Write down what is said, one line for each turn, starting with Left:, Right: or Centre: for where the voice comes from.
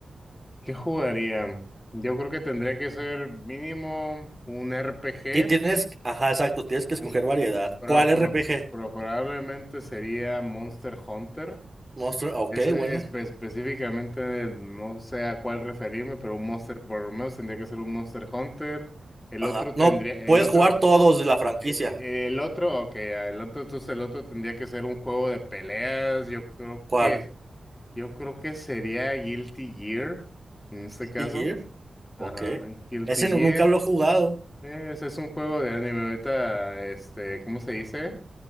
Left: ¿Qué jugaría? Yo creo que tendría que ser mínimo un RPG,
Right: Sí, tienes, ajá, exacto, tienes que
Left: un,
Right: escoger variedad.
Left: pro-
Right: ¿Cuál
Left: pro-
Right: RPG?
Left: pro- probablemente sería Monster Hunter.
Right: Monster, ah, ok,
Left: Es, e,
Right: buena.
Left: espe- específicamente no sé a cuál referirme, pero un Monster, por lo menos tendría que ser un Monster Hunter. El
Right: Ajá.
Left: otro
Right: No,
Left: tendría,
Right: puedes
Left: el otro,
Right: jugar todos de la franquicia.
Left: eh, eh, el otro, ok, ah, el otro, entonces el otro tendría que ser un juego de peleas. Yo creo
Right: ¿Cuál?
Left: que, yo creo que sería Guilty Gear en este
Right: Guilty
Left: caso.
Right: Gear.
Left: Ajá,
Right: Ok.
Left: Guilty
Right: Ese nu-
Left: Gear.
Right: nunca lo he jugado.
Left: Ese es un juego de anime. Ahorita, este, ¿cómo se dice?